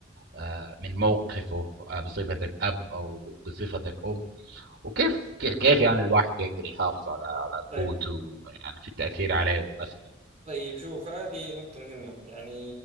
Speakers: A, on the right (about 50°); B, on the right (about 30°).
A: آه، من موقفه آه، بصفتك أب أو بصفتك أم وكيف ك- كيف يعني الواحد يقدر يحافظ على على
B: طيب
A: قوته يعني في التأثير عليهم مثلا
B: طيب شوف هذه نقطة مهمة يعني